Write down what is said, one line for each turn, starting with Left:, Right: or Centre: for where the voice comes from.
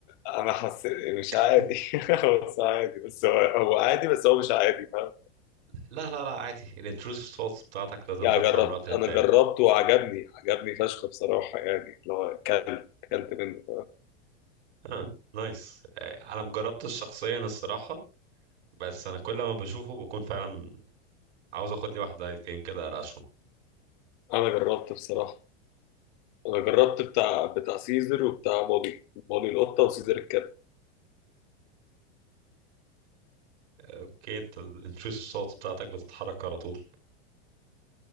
Left: أنا حسيت مش
Right: <laughs>
Left: عادي <laughs> هو بس عادي بس هو هو عادي بس هو مش عادي فاهم
Right: لا لا لا عادي الانتروسيف ثوتس بتاعتك لازم
Left: يعني
Right: تطلع
Left: جربت
Right: من وقت للتاني
Left: أنا جربته وعجبني عجبني فشخ بصراحة يعني اللي هو أكلت أكلت منه
Right: اه نايس آه، انا مجربتش شخصيا الصراحه بس انا كل ما بشوفه بكون فعلا عاوز اخد لي واحده ايتين كده ارقشهم
Left: أنا جربت بصراحة أنا جربت بتاع بتاع سيزر وبتاع مولي مولي القطة وسيزر الكلب
Right: اوكي انت الانتروسيف صوت بتاعتك بتتحرك على طول